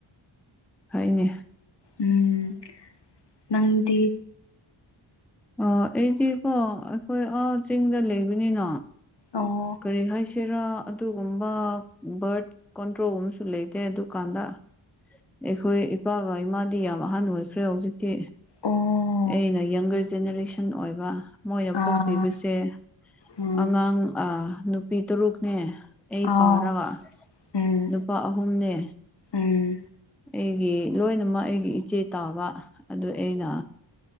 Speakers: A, in the centre; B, on the left.
A: ꯍꯣꯏꯅꯦ
B: ꯎꯝ ꯅꯪꯗꯤ
A: ꯑꯣ ꯑꯩꯗꯤꯀꯣ ꯑꯩꯈꯣꯏ ꯆꯤꯡꯗ ꯂꯩꯕꯅꯤꯅ
B: ꯑꯣ
A: ꯀꯔꯤ ꯍꯥꯏꯁꯤ ꯆꯦꯔꯥ ꯑꯗꯨꯒꯨꯝꯕ ꯕꯔꯠ ꯀꯣꯟꯇ꯭ꯔꯣꯜꯒꯨꯝꯁꯨ ꯂꯩꯇꯦ ꯑꯗꯨꯀꯥꯟꯗ ꯑꯩꯈꯣꯏ ꯏꯄꯥꯒ ꯏꯃꯥꯗꯤ ꯌꯥꯝ ꯑꯍꯟ ꯑꯣꯏꯈ꯭ꯔꯦ ꯍꯧꯖꯤꯛꯇꯤ
B: ꯑꯣ
A: ꯑꯩꯅ ꯌꯪꯒꯔ ꯖꯦꯅꯦꯔꯦꯁꯟ ꯑꯣꯏꯕ ꯃꯣꯏꯅ
B: ꯑꯥ
A: ꯄꯣꯛꯄꯤꯕꯁꯦ
B: ꯎꯝ
A: ꯑꯉꯥꯡ ꯅꯨꯄꯤ ꯇꯔꯨꯛꯅꯦ ꯑꯩ
B: ꯑꯥꯎ
A: ꯄꯥꯔꯒ
B: ꯎꯝ
A: ꯅꯨꯄꯥ ꯑꯍꯨꯝꯅꯦ
B: ꯎꯝ
A: ꯑꯩꯒꯤ ꯂꯣꯏꯅꯃꯛ ꯑꯩꯒꯤ ꯏꯆꯦ ꯇꯥꯕ ꯑꯗꯨ ꯑꯩꯅ